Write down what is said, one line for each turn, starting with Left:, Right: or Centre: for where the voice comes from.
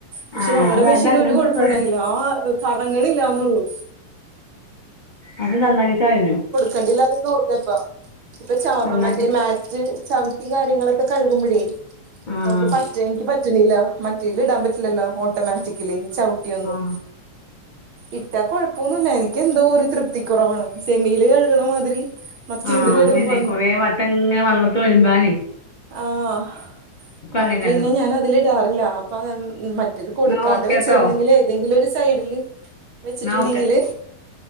Right: പക്ഷെ
Left: ആഹ്
Right: ഞങ്ങടെ
Left: അത
Right: മെഷീന്
Left: ഇത് അങ്ങനത്തെ
Right: ഒരു കൊഴപ്പുണ്ടായില്ല
Left: പ്രശ്
Right: ആ കറങ്ങളില്ലാന്നുള്ളൂ
Left: അപ്പൊ നന്നാക്കിച്ചാഴിഞ്ഞോ
Right: കണ്ടില്ലാരുന്നൊ ഓട്ത്തെപ്പൊ റ്റാ
Left: നന്നാക്കി
Right: ഹ് മറ്റേ മാറ്റ് ചവിട്ടി കാര്യങ്ങളൊക്കെ കഴുകുമ്പോഴേ
Left: ആഹ്
Right: നമുക്ക് പറ്റ എനിക്ക് പ റ്റ്ണില്ല മറ്റേലിടാൻ പറ്റില്ലല്ലോ ഓട്ടോമാറ്റിക്കലി ചവിട്ടിയൊന്നും
Left: ആഹ്
Right: ഇട്ടാ കുഴപ്പൊന്നുല്ല എനിക്കെന്തോ ഒരു തൃപ്തി കുറവാണ് സെമിയില് കഴുകണമാതിരി മറ്റേതിലിടുമ്പോ
Left: ആഹ് അങ്ങനെ കൊറേ വട്ടം ങ്ങനെ വെള്ളത്തിലൊലുമ്പാനേ
Right: ആഹ് അപ്പൊ
Left: അങ്ങനെയാണ്
Right: പിന്നെ ഞാൻ അതിലിടാറില്ല അപ്പൊ മ റ്റേത് കൊടുക്കാണ്ട്
Left: ന്നാ ഓക്കേട്ടോ
Right: വെച്ചായിരുന്നെങ്കിൽ ഏതെങ്കിലും ഒരു സൈഡില് വെച്ചിട്ടുണ്ടെങ്കില്
Left: ന്നാ ഓക്കെ